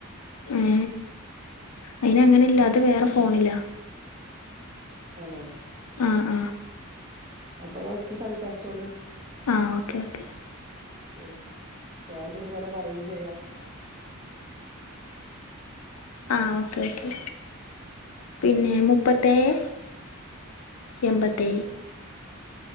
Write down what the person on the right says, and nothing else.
ആണോ
അപ്പൊ ഇങ്ങൾട്ത്ത് സംസാരിച്ചോളൂ
ഉം ഞാൻ ഇതിലിങ്ങനെ പറയും ചെയ്യാ